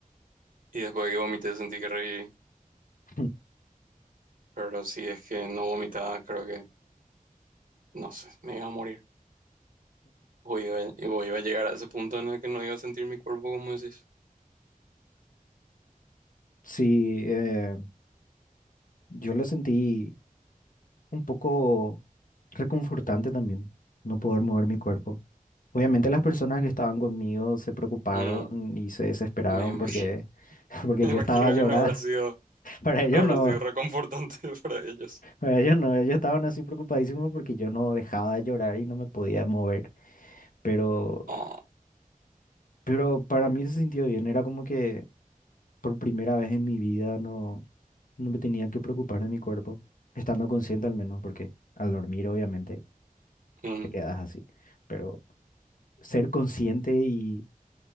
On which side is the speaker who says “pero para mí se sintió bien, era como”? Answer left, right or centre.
Left